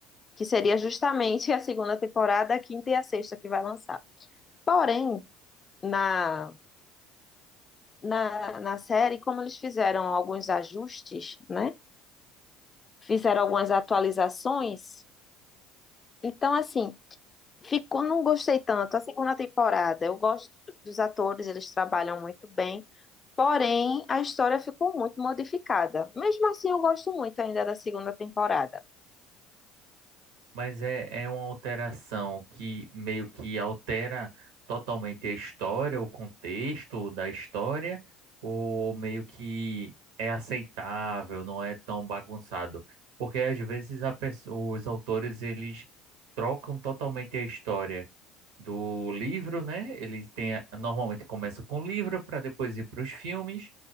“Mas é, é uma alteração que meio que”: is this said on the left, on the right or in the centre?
Right